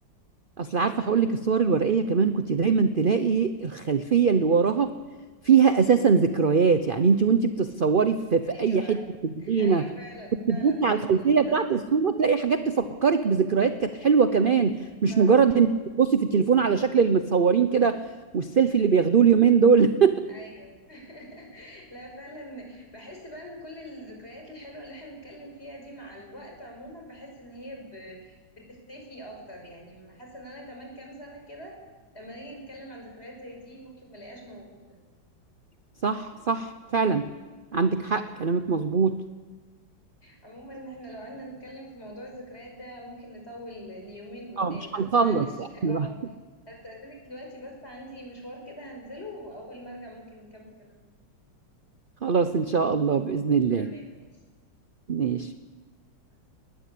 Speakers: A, on the right; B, on the left.
A: اصل عارفه هقول لك الصور الورقيه كمان كنت دايما تلاقي الخلفيه اللي وراها فيها اساسا ذكريات يعني انت وانت بتتصوري في, في
B: ايوه
A: اي حته في الجنينه
B: <laughs> ايوه فعلا
A: كنت
B: فعلا
A: تبصي
B: صح
A: على الخلفيه
B: كلامك
A: بتاعت
B: صح
A: الصوره تلاقي حاجات تفكرك بذكريات كانت حلوه كمان مش
B: صح
A: مجرد انك تبصي في التليفون على شكل اللي متصورين كده والسيلفي اللي بياخدوه اليومين دول
B: ايوه <laughs> لا فعلا بحس بقى ان كل الذكريات الحلوه اللي احنا بنتكلم فيها دي مع الوقت عموما بحس ان هي ب... بتختفي اكتر يعني حاسه ان انا كمان كام سنه كده لما نيجي نتكلم عن ذكريات زي دي ممكن ملاقيهاش موجوده
A: <laughs> صح صح فعلا عندك حق كلامك مظبوط
B: عموما احنا لو قعدنا نتكلم في موضوع الذكريات ده ممكن نطول ليومين قدام
A: اه مش
B: بس
A: هنخلص
B: معلش
A: ايوه
B: اه هستأذنك دلوقتي بس عندي مشوار كده هنزله واول ما ارجع ممكن نكمل كلامنا فيه
A: خلاص ان شاء الله باذن الله
B: تمام ماشي
A: ماشي
B: مع السلامة.